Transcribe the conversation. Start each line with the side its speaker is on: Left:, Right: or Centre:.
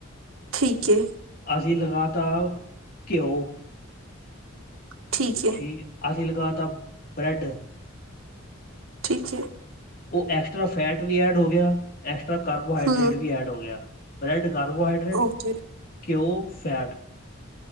Right: ਠੀਕ ਏ।
Left: ਅਸੀਂ ਲਗਾ ਤ ਘਿਓ
Right: ਠੀਕ ਏ।
Left: ਠੀਕ ਅਸੀਂ ਲਗਾ ਤਾ ਬਰੈਡ
Right: ਠੀਕ ਏ।
Left: ਉਹ ਐਕਸਟਰਾ ਫੈਟ ਵੀ ਐਡ ਹੋ ਗਿਆ ਐਕਸਟਰਾ ਕਾਰਬੋਹਾਈਡਰੇਟ
Right: ਹੂੰ
Left: ਵੀ ਐਡ ਹੋ ਗਿਆ ਬਲੈਡ ਕਾਰਬੋਹਾਡ ਬਰੈਡ
Right: ਓਕੇ
Left: ਘਿਓ ਫੈਟ